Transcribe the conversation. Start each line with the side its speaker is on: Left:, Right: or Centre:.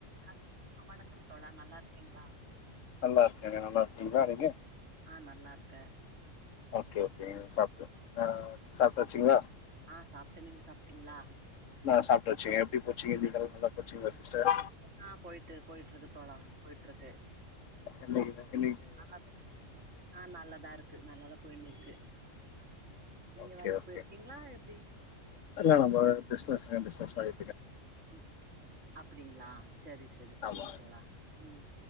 Right: Hello அ வணக்கம் தோழா நல்லாருக்கீங்ளா
Left: நல்லாருக்கேங்க நல்லாருக்கேங் வேறங்க
Right: ஆ நல்லாருக்கே
Left: ஓகே ஓகே சாப்ட்ட அ சாப்ட்டாச்சுங்ளா
Right: ஆ சாப்ட்டே நீங்க சாப்ட்டீங்ளா
Left: நா சாப்ட்டாச்சுங்க எப்டி போச்சுங்க இன்னிக்கெல் நல்லா போச்சுங்களா சிஸ்டர்
Right: நல்லா போய்ட்டு போய்ட்ருக்கு தோழா போய்ட்ருக்கு
Left: இன்னைக்கி <inaudible>
Right: நல்லார்க்கு ஆ நல்லதா இருக்கு நல்லாதா போய்னுருக்கு நீங்க
Left: ஓகே
Right: வேலைக்
Left: ஓகே
Right: போயிர்க்கீங்ளா எப்டி
Left: இல்ல நம்ப பிஸ்னஸ்ங்க பிஸ்னஸ் மாரி
Right: ம் அப்பிடிங்களா செரி செரி செரிங்க
Left: ஆமா
Right: தோழா ம்